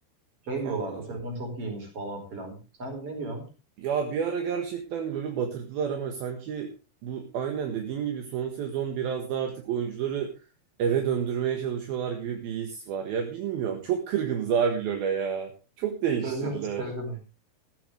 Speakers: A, on the right; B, on the right.
A: Şey
B: Kanka
A: diyorlar bu sezon çok iyiymiş falan filan. Sen ne diyorsun?
B: ya bir ara gerçekten LoL'ü batırdılar ama sanki bu aynen dediğin gibi son sezon biraz da artık oyuncuları eve döndürmeye çalışıyorlar gibi bir his var. Ya bilmiyorum çok kırgınız abi LoL'e ya. Çok değiştirdiler.
A: Kırgınız, kırgınız.